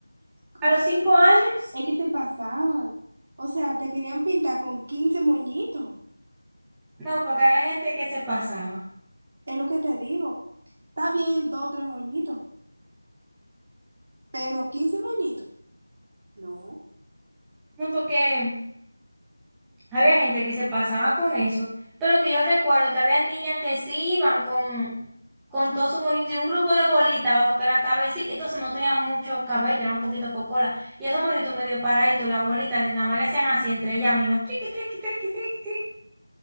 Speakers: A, on the right; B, in the centre.
A: ¿Con
B: ¿A los
A: quién
B: cinco
A: se moñi-
B: años?
A: Es que se pasaban. O sea, te querían pintar con 15 moñitos.
B: No, porque había gente que se pasaba.
A: Es lo que te digo. Está bien, dos o tres moñitos, pero 15 moñitos. No.
B: No, porque había gente que se pasaba con eso. Pero que yo recuerdo que había niñas que sí iban con, con todo su moñito y un grupo de bolitas bajo que la cabeza, entonces no tenía mucho cabello, era un poquito cocola. Y esos moñitos medio paraditos, las bolitas, nada más le hacían así entre ellas mismas. Triqui, triqui, triqui, triqui, triqui.